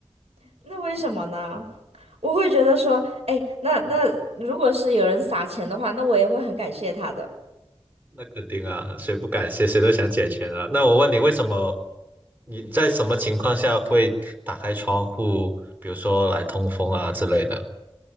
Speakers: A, on the right (about 85°); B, on the right (about 15°).
A: <laughs> 那为什么呢？我会觉得说，哎，那那如果是有人撒钱的话，那我也会很感谢他的。
B: 那肯定啊，谁不感谢谁都想捡钱啊。那我问你，为什么你在什么情况下会打开窗户，比如说来通风啊之类的？